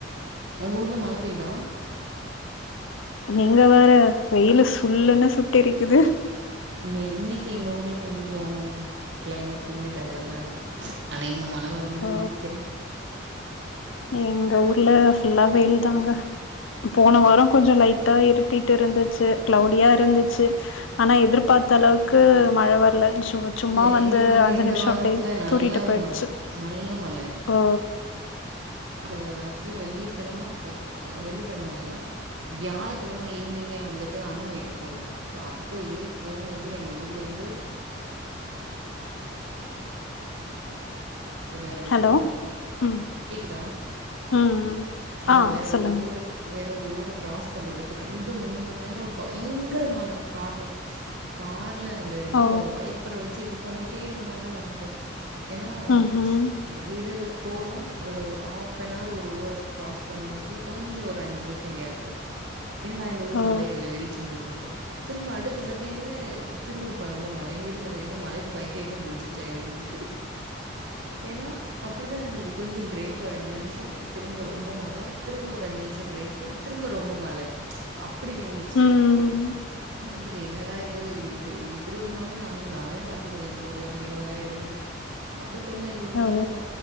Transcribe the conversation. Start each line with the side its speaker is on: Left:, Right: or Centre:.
Right: ஒங்க ஊர்ல மழ பெயுதா
Left: நீங்க வேற வெயிலு சுல்லுன்னு சுட்டெரிக்குது
Right: நீ இன்னைக்கி எங்க ஊர்ல கொஞ்சொ க்ளைமேட் கொஞ்சொ டல்லா தா இருக்கு அனேகமா மழ வருன் தா
Left: ஓ
Right: நெனைக்கிறே
Left: எங்க ஊர்ல ஃபுல்லா வெயில் தாங்க போன வாரொ கொஞ்ச லைட்ட இருட் டிட்டு இருந்துச்சு கிளௌடியா இருந்துச்சு ஆனா எதிர்பாத்த அளவுக்கு மழ வர்ல சும்மா
Right: இல்ல
Left: வந்து
Right: எங்களுக்கு
Left: அஞ்சு
Right: இந்த
Left: நிமிஷொ
Right: வாரத்துல
Left: அப்டியே
Right: நல்லாவே
Left: தூறிட்டு போயிடுச்சு
Right: மழ நல்ல மழ
Left: ஓ
Right: க ஆக்சுவலா வெள்ளிக்கெழம வெள்ளிக்கெழம இல்ல வியாழக்கெழம ஈவ்னிங்கே வந்துட்டு அண்ண வீட்டுக்கு போய்டோ ஸோ அப்பயே போகம்போது எங்க ஊர்லேந்து வேற
Left: ஹலோ
Right: ஊர்க்கூ
Left: ம்
Right: கேக்குதா
Left: ம் ம்
Right: அதா
Left: ஆ
Right: வேற
Left: சொல்லுங்க
Right: ஒரு ஊர வேற ஒரு ஊர க்ராஸ் பண்ற வரைக்கூ ரெண்டு மூணு மணி நேரொ பயங்கரமழ கார்ல கார்ல அந்த இத
Left: ஓ
Right: வைப்பர வச்சு இது பண்ணிட்டே இந்த மாரிதா இருந்தது ஏன்னா
Left: ம்ஹும்
Right: ங்க வீடு போறோ ஒரு ஆஃப் பெனார் ஒரு ஊர க்ராஸ் பண்ணும்போத கொஞ்ச ஒரு அஞ்சு நிமிஷம் கேப்பு எனடா நா இந்த ஊர்ல
Left: ஓ
Right: மழையே இல்ல வெறிச்சுருக்குன்னுப்பா திரும்ப அடுத்த செகண்ட்ல திரும்ப இப்ப ரொம்ப மழை எங்க விட்ல சொல்ற என்ன மழைக்கு பைத்தியத்தியம் முடிச்சிச்சா எதுக்குப்டி ஏனா அப்புடிதா இருந்துது கொஞ்சோ ப்ரேக் ஒரு அஞ்சி நிமிஷொ திரும்ப ரொம்ப மழ திரும்ப ஒரு அஞ்சி நிமிஷொ ப்ரேக் திரும்ப ரொம்ப மழ அப்டி பேஞ்சிச்சி
Left: ம்
Right: இது என்னடா இது இப்டிருக்கு இப்புடி ஒரு மலய நானு நானே பாத்ததில்ல இந்த ஊர்ல அப்டிங்ற மாரி இருந்துது அப்ப திரும்ப இந்த ஊர்ரு
Left: ஓ
Right: அப்றோ